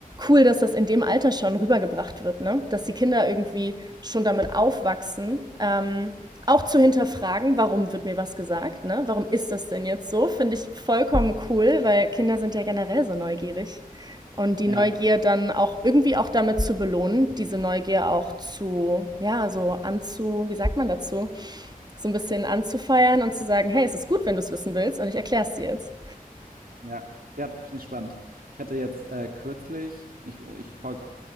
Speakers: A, on the right; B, on the right.
A: cool, dass das in dem Alter schon rübergebracht wird, ne? Dass die Kinder irgendwie schon damit aufwachsen. Ähm, auch zu hinterfragen, warum wird mir was gesagt, ne? Warum ist das denn jetzt so? Finde ich vollkommen cool, weil Kinder sind ja generell so neugierig. Und die
B: Ja,
A: Neugier dann auch irgendwie auch damit zu belohnen, diese Neugier auch zu, ja, so anzu, wie sagt man dazu? So ein bisschen anzufeiern und zu sagen, hey, es ist gut, wenn du es wissen willst und ich erkläre es dir jetzt.
B: ja. Ja, finde ich spannend. Ich hatte jetzt äh, kürzlich, ich, ich folge